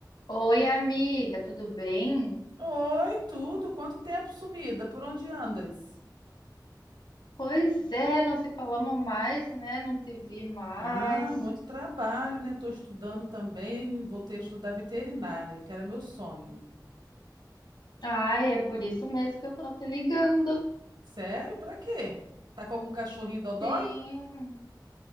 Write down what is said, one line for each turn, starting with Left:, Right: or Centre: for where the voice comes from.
Left: Oi, amiga, tudo bem?
Right: Oi, tudo? Quanto tempo sumida? Por onde andas?
Left: Pois é, não se falamos mais, né? Não te vi mais.
Right: Ah, muito trabalho, né? Tô estudando também, voltei a estudar veterinária, que era meu sonho.
Left: Ai, é por isso mesmo que eu tô te ligando.
Right: Sério? Pra quê? Tá com algum cachorrinho dodói?
Left: Sim.